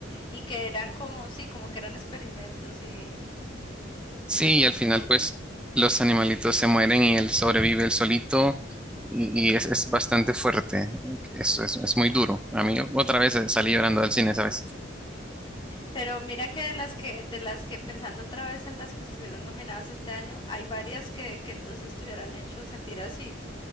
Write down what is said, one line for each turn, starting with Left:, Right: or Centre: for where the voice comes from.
Left: Y que eran como, sí, como que eran experimentos y
Centre: sí,
Left: algo
Centre: y
Left: así
Centre: al final
Left: me acuerdo.
Centre: pues los animalitos se mueren y él sobrevive él solito y, y es, es bastante fuerte. Eso es, es muy duro. A mí otra vez salí llorando del cine, ¿sabes?
Left: Pero mira que de las que, de las que, pensando otra vez en las que estuvieron nominadas este año, hay varias que, que entonces te hubieran hecho sentir así.